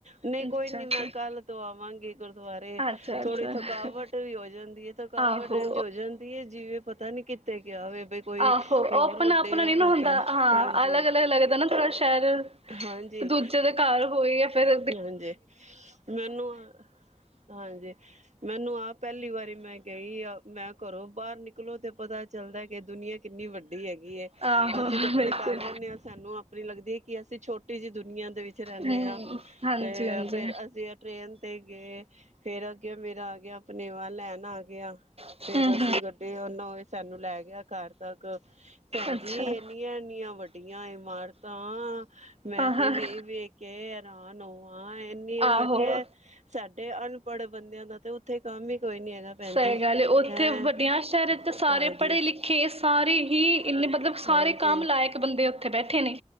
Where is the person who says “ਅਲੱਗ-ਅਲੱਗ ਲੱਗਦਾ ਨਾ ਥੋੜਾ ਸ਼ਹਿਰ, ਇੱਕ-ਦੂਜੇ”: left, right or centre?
Right